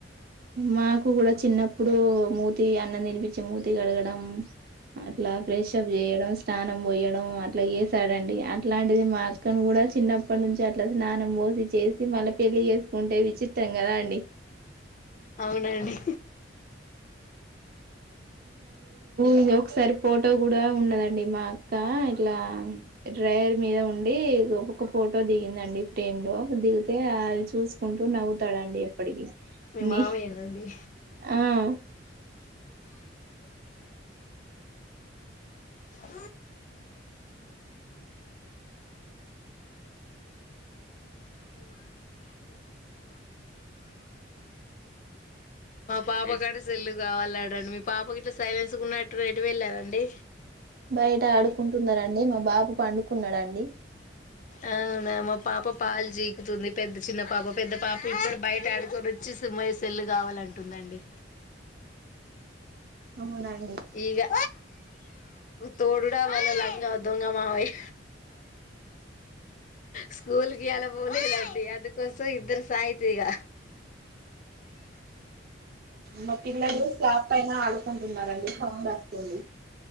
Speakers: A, on the right; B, on the left.
A: మాకు కూడా చిన్నప్పుడు మూతి అన్నం తినిపించి మూతి కడగడం అట్లా ప్రెషప్ చేయడం స్నానం పోయడం అట్లా చేసాడంండి అట్లాంటిది మా అక్కను కూడా చిన్నప్పటి నుంచి అట్లా స్నానం పోసి చేసి మళ్ళీ పెళ్లి చేసుకుంటే విచిత్రం కదా అండి
B: అవునండి
A: ఇ ఒకసారి ఫోటో కూడా ఉన్నదండి మాకు ఇ ఇట్లా డ్రైవర్ మీద ఉండి ఒకొక్క ఫోటో దిగిందండి ఫ్రేమ్ లో దిగితే అది చూసుకుంటూ నవ్వుతాడండి ఎప్పటికి
B: మీ
A: నీ
B: మామయనండి
A: ఆ
B: మా పాప కడ సెల్లు కావాలడండి మీ పాప గట్ట సైలెన్స్ ఉన్నట్టు రటు వెళ్ళారంండి
A: బయట ఆడుకుంటున్నారండి మా బాబు పండు కున్నాడాండి
B: అవునా మా పాప పాలు జీకుతుంది పెద్ద చిన్న పాప పెద్ద పాప ఇప్పుడు బయట ఆడుకొని వచ్చి సమ్మయ్య సెల్లు కావాలంటుందండి
A: అవునండి
B: ఇగ తో రడా వాళ దంగ మామయ్య స్కూలు ఇయ్యాల పోలేదండి అందుకోసం ఇద్దరు, సాయి ప్రియ
A: మా పిల్లలు స్లాప్ పైన ఆడు కుటున్నార అండి సౌండ్ పొండి